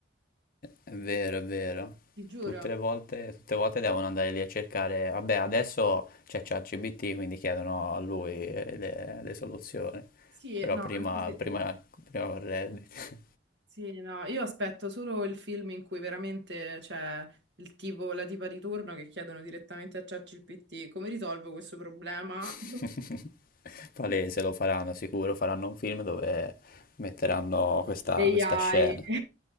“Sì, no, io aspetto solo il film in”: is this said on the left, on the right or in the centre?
Right